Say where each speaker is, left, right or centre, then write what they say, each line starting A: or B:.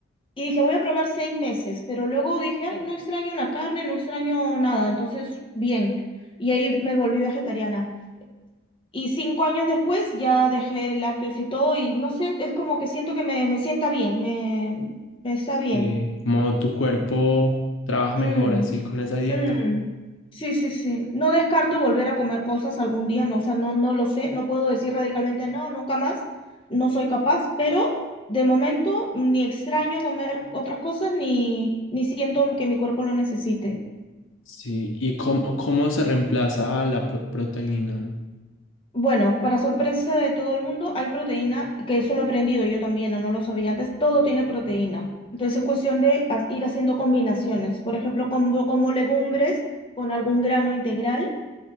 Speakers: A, on the left; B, on the left.
A: Y dije, voy a probar seis meses, pero luego dije, ay, no extraño la carne, no extraño nada, entonces, bien. Y ahí me volví vegetariana. Y cinco años después ya dejé lácteos y todo y no sé, es como que siento que me, me sienta bien, me, me está bien.
B: Sí, cómo tu cuerpo trabaja mejor
A: Mm,
B: así con esa dieta.
A: mm. Sí, sí, sí. No descarto volver a comer cosas algún día, no, o sea, no, no lo sé, no puedo decir radicalmente no, nunca más, no soy capaz, pero de momento ni extraño comer otras cosas ni, ni siento que mi cuerpo lo necesite.
B: Sí, ¿y cómo, cómo se reemplaza la pro- proteína?
A: Bueno, para sorpresa de todo el mundo, hay proteína, que eso lo he aprendido yo también, no lo sabía antes, todo tiene proteína. Entonces es cuestión de ha- ir haciendo combinaciones. Por ejemplo, como, como legumbres con algún grano integral,